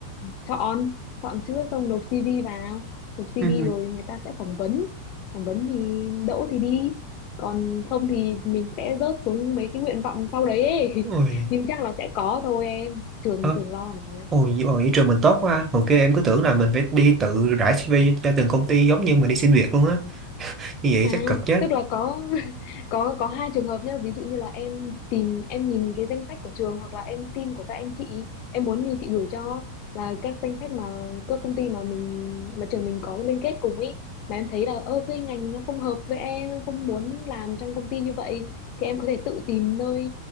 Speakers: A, on the left (about 40°); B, on the right (about 25°).
A: chọn chọn trước xong nộp CV vào nộp CV
B: Ừ.
A: rồi người ta sẽ phỏng vấn phỏng vấn thì đỗ thì đi còn không thì mình sẽ rớt xuống mấy cái nguyện vọng sau đấy ấy
B: Ôi.
A: <laughs> nhưng chắc là sẽ có thôi em trường
B: ờ,
A: trường lo mà
B: Ôi, nhưng mà vậy trường mình tốt quá ha. Hồi kia em cứ tưởng là mình phải đi tự rải CV cho từng công ty giống như mình đi xin việc luôn á. Như vậy
A: À,
B: chắc cực chứ.
A: tức là có <laughs> có có hai trường hợp nhá, ví dụ như là em tìm em nhìn cái danh sách của trường hoặc là em xin của các anh chị, em muốn thì chị gửi cho là các danh sách mà các công ty mà mình mà trường mình có liên kết cùng ý mà em thấy là ơ cái ngành nó không hợp với em, em không muốn làm trong công ty như vậy thì em có thể tự tìm nơi